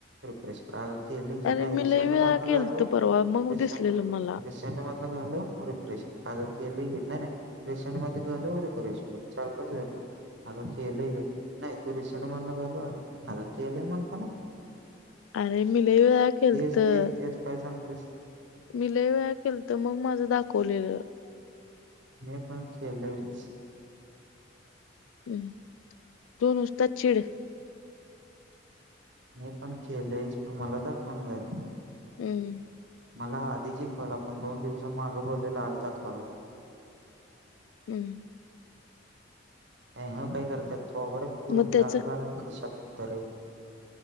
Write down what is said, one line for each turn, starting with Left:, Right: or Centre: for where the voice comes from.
Right: रिफ्रेश करा केलोय की
Left: अरे
Right: नाही
Left: मी
Right: रिसेंट
Left: लय वेळा
Right: मधन
Left: केलत
Right: घालव
Left: परवा मग
Right: रिसेंट
Left: दिसलेलं मला
Right: रिसेंट मधन घालो रिफ्रेश कर. अग केलोय ग नाही नाही रिसेंट मध्येे घालव रिफ्रेश कर चार-पाच वेळा केलोय आग केलोय ग नाही तू <unintelligible> केलंय म्हणताना
Left: अरे मी लय वेळा केलतं.
Right: तेच तेच काय तेच
Left: मी लय वेळा केलतं मग माझं दाखवलेलं
Right: मी पण केलयंच
Left: हम् तु नुसता चिड
Right: मी पण केलंयच पण मला दाखवना झालंय
Left: हम्म
Right: मला आधीच हि कॉल आला पण दोन दिवसा मागं बोललेलं आज दाखवालाय
Left: हम्म
Right: अ ह काय करतंय थोबाडंच फोडीन
Left: मग त्याच
Right: दात घालीन घशात <unintelligible>